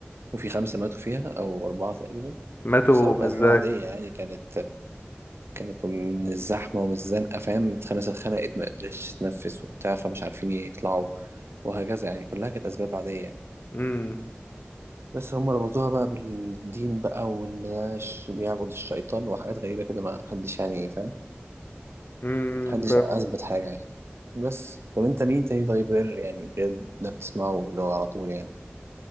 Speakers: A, on the right; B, on the left.
A: وفي خمسة ماتوا فيها أو أربعة تقريبا
B: ماتوا
A: بسبب أسباب
B: ازاي
A: عادية يعني كانت كانت من الزحمة ومن الزنقة فاهم الناس اتخنقت ما قدرتش تتنفس وبتاع فمش عارفين يطلعوا وهكذا يعني كلها كانت أسباب عادية يعني.
B: امم
A: بس هم ربطوها بقى بالدين بقى وان ده ش- بيعبد الشيطان وحاجات غريبة كده ما حدش يعني فاهم
B: امم
A: محدش
B: فاهم
A: أثبت حاجة يعني بس طب انت مين تاني طيب غير يعني غير ده بتسمعه اللي هو على طول يعني